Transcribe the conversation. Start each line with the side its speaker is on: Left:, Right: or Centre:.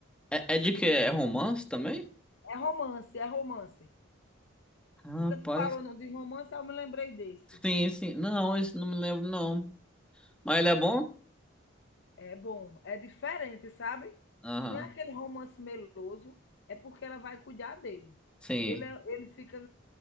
Centre: É, é de quê? É romance também?
Left: é romance, é romance.
Centre: Rapaz,
Left: Porque tu falou não de romance, eu me lembrei desse.
Centre: sim, sim. Não, isso não me lembro, não. Mas ele é bom?
Left: É bom, é diferente, sabe?
Centre: Aham,
Left: Não é aquele romance meloso, é porque ela vai cuidar dele.
Centre: sim.
Left: Ele, é- ele fica